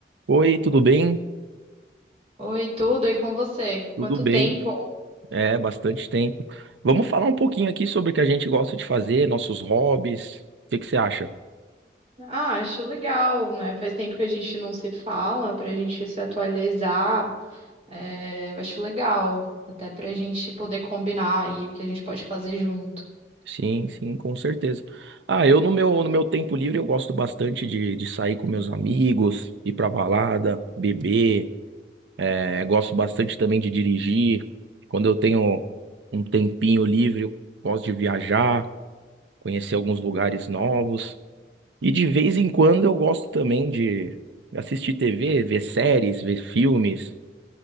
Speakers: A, on the right; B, on the right.
A: Oi, tudo bem?
B: Oi, tudo e com você?
A: Tudo
B: Quanto
A: bem?
B: tempo?
A: É, bastante tempo. Vamos falar um pouquinho aqui sobre o que a gente gosta de fazer, nossos hobbies. O que que você acha?
B: Ah, acho legal, né? Faz tempo que a gente não se fala, pra gente se atualizar. É, eu acho legal, até pra gente poder combinar aí o que a gente pode fazer junto.
A: Sim, sim, com certeza. Ah, eu no meu, no meu tempo livre eu gosto bastante de, de sair com meus amigos, ir pra balada, beber. É, gosto bastante também de dirigir. Quando eu tenho um tempinho livre, eu gosto de viajar, conhecer alguns lugares novos. E de vez em quando eu gosto também de assistir TV, ver séries, ver filmes.